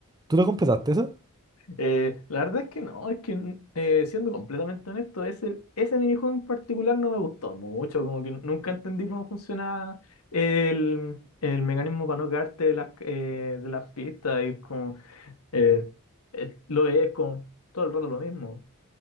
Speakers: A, on the right (about 20°); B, on the left (about 80°).
A: ¿Tú lo completaste esa?
B: Eh, la verdad es que no, es que mm, eh, siendo completamente honesto, ese, ese minijuego en particular no me gustó mucho, como que nunca entendí cómo funcionaba el, el mecanismo para no caerte de las, eh, de las pistas y como eh, eh, lo es como todo el rato lo mismo.